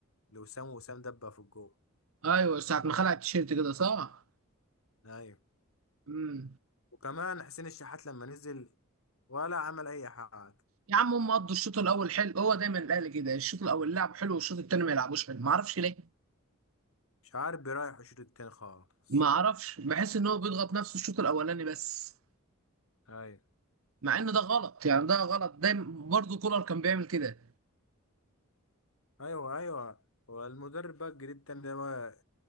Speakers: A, on the left; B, on the right.
A: لوسام وسام دبها في الجو
B: ايوه ساعه ما خلع التيشيرت كده صح
A: ايوه
B: امم
A: وكمان حسين الشحات لما نزل ولا عمل اي حاجة
B: يا عم هم قضوا الشوط الاول حلو هو دايما الاهلي كده الشوط الاول لعب حلو والشوط التاني ما يلعبوش حلو ما اعرفش ليه
A: مش عارف بيريح الشوط التاني خالص
B: ما اعرفش بحس ان هو بيضغط نفسه الشوط الاولاني بس
A: ايوه
B: مع ان ده غلط يعني ده غلط دايما برضه كولر كان بيعمل كده
A: ايوه ايوه هو المدرب بقى الجديد التاني ده بقى